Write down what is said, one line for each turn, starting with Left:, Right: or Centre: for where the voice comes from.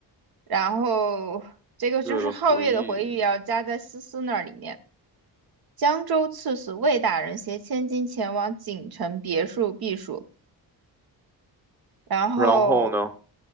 Right: 然后这个就是皓月的回忆要加在思思那里面。
Centre: 月的回忆。
Right: 江州刺史魏大人携千金前往锦城别墅避暑，然后
Centre: 然后呢？